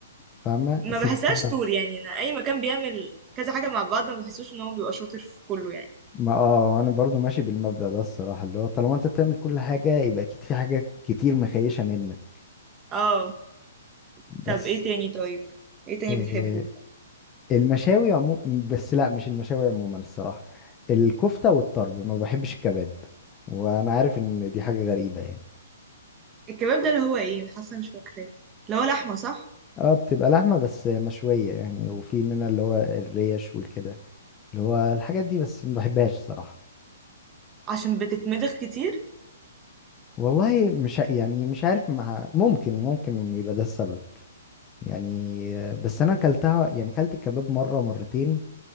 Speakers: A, on the left; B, on the right.
A: فاهمه
B: ما
A: السمسمه
B: بحسهاش سوري يعني أنا أي مكان بيعمل كذا حاجة مع بعض ما بحسوش إن هو بيبقى شاطر في كله يعني
A: ما اه انا برضو ماشي بالمبدأ ده الصراحه اللي هو طالما انت بتعمل كل حاجه يبقى اكيد في حاجه كتير مخيشه منك
B: اه
A: بس
B: طب ايه تاني طيب ايه تاني
A: إيه
B: بتحبه
A: المشاوي عموما بس لا مش المشاوي عموما الصراحه الكفته والطرب ما بحبش الكباب وانا عارف ان دي حاجه غريبه يعني
B: الكباب ده اللي هو ايه حاسه مش فاكراه اللي هو لحمه صح
A: اه بتبقى لحمة بس مشوية يعني وفي منها اللي هو الريش والكده اللي هو الحاجات دي بس ما بحبهاش صراحة
B: عشان بتتمضغ كتير
A: والله مش ع- يعني مش عارف مع ممكن ممكن يبقى ده السبب يعني آه، بس انا اكلتها يعني اكلت الكباب مرة مرتين